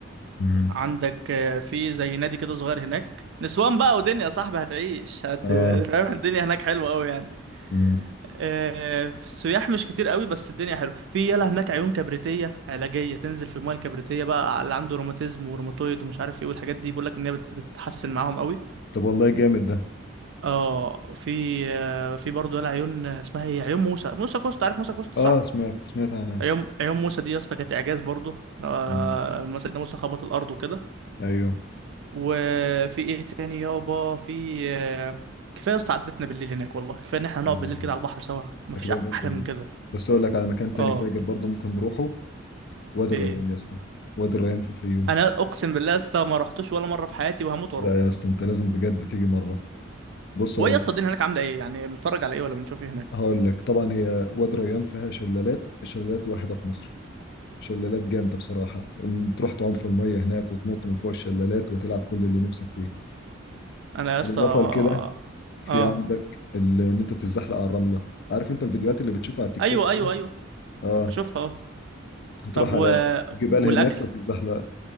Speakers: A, on the left (about 55°); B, on the right (about 65°).
A: امم
B: عندك آه، في زي نادي كده صغير هناك نسوان بقى ودنيا يا صاحبي هتعيش هت
A: اه
B: <laughs> فاهم الدنيا هناك حلوه قوي يعني
A: امم
B: آه، في السياح مش كتير قوي بس الدنيا حلوه في يلا هناك عيون كبريتيه علاجيه تنزل في الميه الكبريتيه بقى على اللي عنده روماتيزم وروماتويد ومش عارف ايه والحاجات دي بيقول لك ان هي بت- بتحسن معاهم قوي
A: طب والله جامد ده
B: اه في آه، في برضه يلا عيون آه، اسمها ايه عيون موسى موسى كوست عارف موسى كوست صح
A: اه سمعت سمعت عنها
B: عيون عيون موسى دي يا اسطى كانت اعجاز برضه آه،
A: مم.
B: لما سيدنا موسى خبط الارض وكده
A: ايوه
B: وفي ايه تاني يابا في آه، كفايه يا اسطى عدتنا بالليل هناك والله كفايه ان احنا هنقعد
A: اه والله
B: بالليل كده على البحر سوا مفيش
A: هتبقى جامده
B: احلى
A: دي
B: من كده
A: بس اقول لك على مكان تاني
B: اه
A: فاجر برضو ممكن نروحه وادي الريان
B: ايه
A: يا اسطى وادي الريان في الفيوم
B: انا اقسم بالله يا اسطى ما رحتوش ولا مره في حياتي وهموت واروحه
A: لا يا اسطى انت لازم بجد تيجي مره بص
B: وهي
A: هقول
B: يا اسطى
A: لك
B: الدنيا هناك عامله ايه يعني بنتفرج على ايه ولا بنشوف ايه هناك
A: هقول لك طبعا هي وادي الريان فيها شلالات الشلالات الوحيده في مصر شلالات جامده بصراحه ان تروح تعوم في الميه هناك وتنط من فوق الشلالات وتلعب كل اللي نفسك فيه
B: انا يا
A: بالاضافه
B: اسطى اه
A: لكده في
B: آه.
A: عندك ال- ان انت تتزحلق على الرمله عارف انت الفيديوهات اللي بتشوفها على التيك
B: ايوه
A: توك
B: ايوه
A: دي
B: ايوه
A: اه
B: بشوفها اه
A: هتروح
B: طب و...
A: على الجبال
B: والاكل
A: هناك وتتزحلق